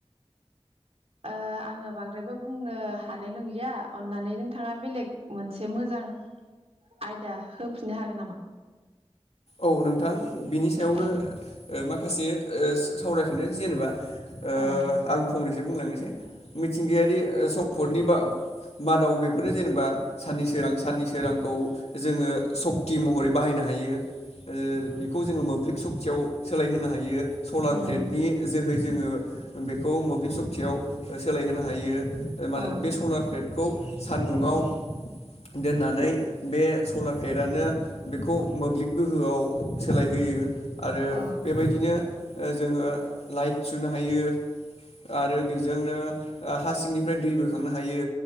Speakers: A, on the right; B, on the left.
A: ओ आङो बांद्रायबो बुंनो हानाय नंलिया अन्नानै नोंथाङा बेलेग मोनसे मोजां जां आयदा होफिननो हागोन नामा
B: औ नोंथां बिनि सायावनो
A: औ
B: ओ माखासे ओ सावरायफिननो जेनेबा ओ
A: औ
B: आं फंनैसो बुंलांनोसै मिथिंगायारि सम्फदनि बा मादाव बेफोरनो जेनेबा साननि सोरां साननि सोरांखौ जोङो सक्ति महरै बाहायनो हायो ओ बेखौ जोङो मोब्लिब सक्तियाव सोलायहोनो हायो सलार
A: उम
B: प्लेटनि जोहै जोङो बेखौ मोब्लिब सुक्तियाव ओ सोलायहोनो हायो ओ मानो
A: औ
B: बे सलार प्लेट खौ सान्दुंङाव दोननानै बे सलार प्लेटानो बेखौ मोब्लिब गोहोआव सोलायहोयो आरो
A: औ
B: बेबायदिनो जोङो लाइट सुनो हायो आरो बेजोंनो ओ हा सिंनिफ्राय दै बोखांनो हायो